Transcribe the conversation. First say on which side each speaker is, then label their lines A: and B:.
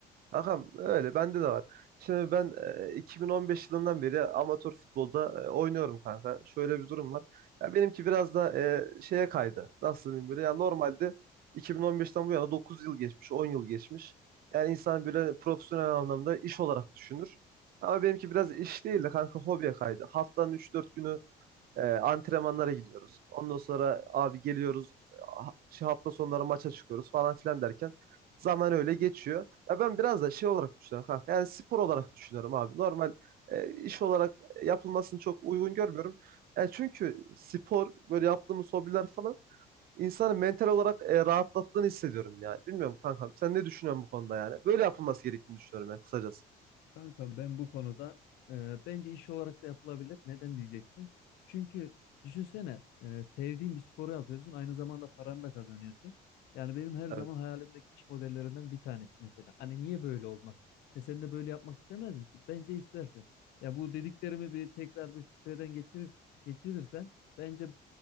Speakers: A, on the right; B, on the left.
A: Hakan öyle bende de var. Şimdi ben e, 2015 yılından beri amatör futbolda e, oynuyorum kanka. Şöyle bir durum var. Ya benimki biraz da e, şeye kaydı. Nasıl diyeyim böyle ya normalde 2015'ten bu yana 9 yıl geçmiş, 10 yıl geçmiş. Yani insan böyle profesyonel anlamda iş olarak düşünür. Ama benimki biraz iş değil de kanka hobiye kaydı. Haftanın üç dört günü e, antrenmanlara gidiyoruz. Ondan sonra abi geliyoruz. ha- Şu hafta sonları maça çıkıyoruz falan filan derken zaman öyle geçiyor. Ya ben biraz da şey olarak düşünüyorum kanka. Yani spor olarak düşünüyorum abi. Normal e, iş olarak yapılmasını çok uygun görmüyorum. Yani çünkü spor böyle yaptığımız hobiler falan insanı mental olarak e, rahatlattığını hissediyorum yani. Bilmiyorum kankam sen ne düşünüyorsun bu konuda yani? Böyle yapılması gerektiğini düşünüyorum yani kısacası.
B: Kankam ben bu konuda e, bence iş olarak da yapılabilir. Neden diyeceksin? Çünkü düşünsene e, sevdiğin bir sporu yapıyorsun. Aynı zamanda paranı da kazanıyorsun. Yani benim her zaman
A: Evet.
B: hayalimdeki iş modellerinden bir tanesi mesela. Hani niye böyle olmasın? E sen de böyle yapmak istemez misin? Bence istersin. Ya bu dediklerimi bir tekrar bir filtreden geçirir, geçirirsen bence